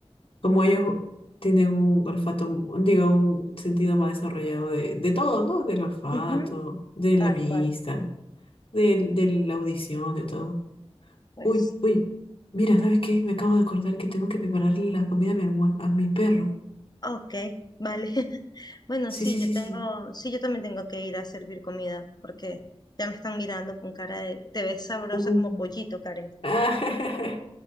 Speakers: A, on the left; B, on the left.
A: como ellos tienen un olfato, un- digo, un sentido más desarrollado de, de todo, ¿no? Del olfato,
B: Ujú,
A: de
B: Tal
A: la vista,
B: cual,
A: del- de, la audición, de todo.
B: pues.
A: Uy, uy. Mira, ¿sabes qué? Me acabo de acordar que tengo que prepararle la comida a mi almuer- a mi perro.
B: Ok, vale. <laughs> Bueno,
A: Sí,
B: sí,
A: sí,
B: yo
A: sí,
B: tengo,
A: sí.
B: sí, yo también tengo que ir a servir comida porque ya me están mirando con cara de, te ves sabrosa
A: Uh.
B: como pollito, Karen.
A: Ah,